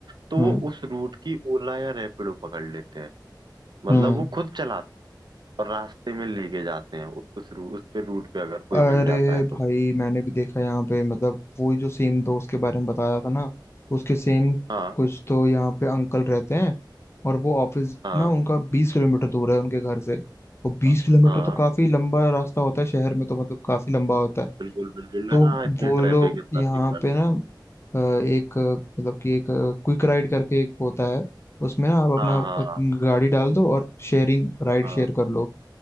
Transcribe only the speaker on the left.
हम्म
हम्म
अरे
भाई मैंने भी देखा यहाँ पे मतलब वो जो सेम दोस्त के बारे में बताया था ना उसके सेम
कुछ तो यहाँ पे अंकल रहते हैं और वो ऑफिस
ना उनका बीस किलोमीटर दूर है उनके घर से वो बीस
किलोमीटर
तो काफी लंबा रास्ता होता है शहर में तो मतलब काफी लंबा होता है
तो
वो
लोग
यहाँ
पे ना अ, एक अ, मतलब कि एक क्विक राइड करके एक होता है उसमें ना आप अपना
अ,
गाड़ी डाल दो और शेयरिंग राइड
शेयर कर लो